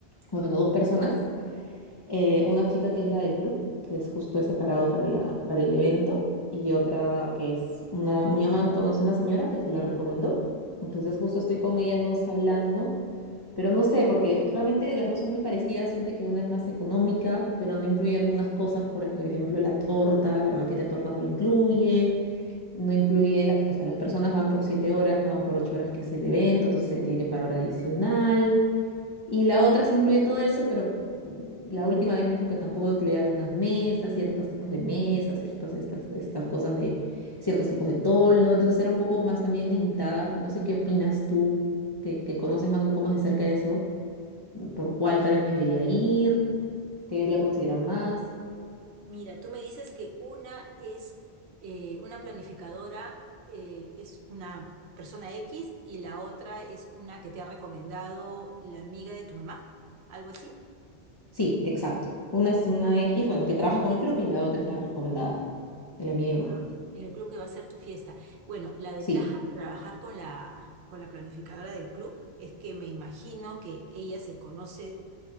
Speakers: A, on the left (about 40°); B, on the right (about 80°).
A: bueno, dos personas, eh, una chica que es la del club, que es justo es separado para la, para el evento y otra que es una, mi mamá conoce a una señora que se la recomendó, entonces justo estoy con ellas dos hablando pero no sé, porque realmente las dos son muy parecidas, solamente que una es más económica, pero no incluye algunas cosas, por ej- por ejemplo, la torta, la maqueta de torta no la incluye, no incluye las, o sea, las personas van por siete horas, no van por ocho horas que es el evento, entonces se le tiene que pagar hora adicional. Y la otra sí incluye todo eso, pero mm, la última vez me dijo que tampoco incluía algunas mesas, ciertos tipos de mesas, ciertas estas, estas cosas de ciertos tipos de toldo, entonces era un poco más también limitada. No sé qué opinas tú, que, que conoces más un poco más de cerca de eso por cuál tal vez me debería ir, qué debería considerar más.
B: Mira, tú me dices que una es eh, una planificadora, eh, es una persona X y la otra es una que te ha recomendado la amiga de tu mamá, algo así.
A: Sí, exacto. Una es una X, bueno, que trabaja con el club y la otra es la recomendada de la
B: Ya,
A: mía y mi mamá.
B: en el club que va a ser tu fiesta. Bueno, la ventaja
A: Sí,
B: de trabajar con la, con la planificadora del club es que me imagino que ella se conoce